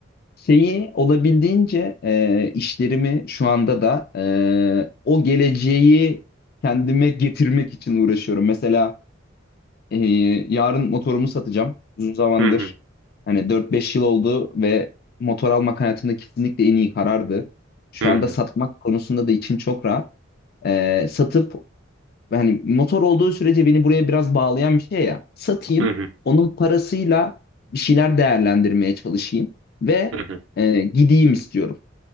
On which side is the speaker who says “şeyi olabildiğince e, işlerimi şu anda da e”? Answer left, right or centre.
Left